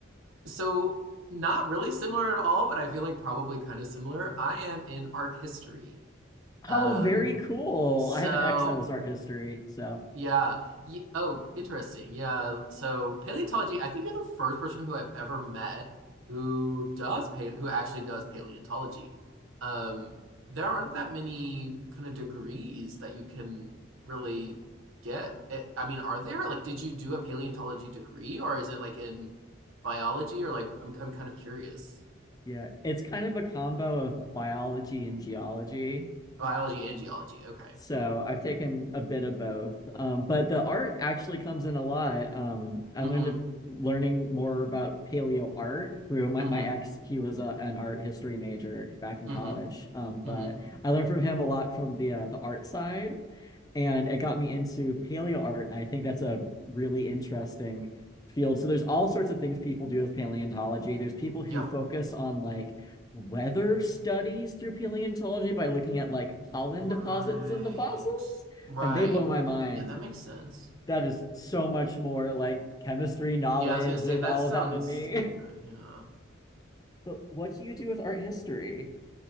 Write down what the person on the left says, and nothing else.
Oh, very cool.
I have an ex that was art history, so
yeah, it's kind of a combo of biology and geology.
So I've taken a bit of both. Um, but the art actually comes in a lot. Um, I
learned to- learning more about paleo art through my,
my ex. He was a, an art history major back in
college. Um, but
I learned from him a lot from the uh, the art side and it got me into paleo art and i think that's a really interesting field so there's all sorts of things people do with paleontology there's people who
focus on like weather studies through paleontology by looking at like pollen
deposits in the fossils
and they blow my mind
that is so much more like chemistry knowledge
and
all
of that than me
<laughs> but what do you do with art history